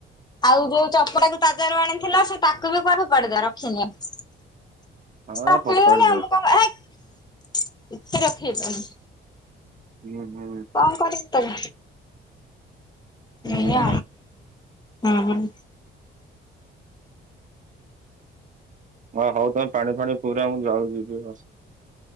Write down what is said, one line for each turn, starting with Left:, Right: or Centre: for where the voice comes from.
Left: ଆଉ ଯୋଉ ଚପଟାକୁ ତାଜାରୁ ଆଣିଥିଲା ସେ ତାକୁ ବି କୁଆ ଫୋପାଡ଼ି ଦେଲା ରଖିନି ଆଉ।
Right: ଆ
Left: ରଖିନି
Right: ଫୋପାଡି
Left: ଆମକୁ
Right: ଦଉ
Left: ହେଇକି ରଖି <unintelligible>
Right: ହୁଁ ହୁଁ।
Left: କଣ କରିବୁ କହ।
Right: ହୁଁ
Left: ଏୟା ଆଉ ହଁ।
Right: ହଁ ହଉ ତମେ ପାଣି ଫାଣି ପୁରା ମୁଁ ଯାଉ ଯିବି ହ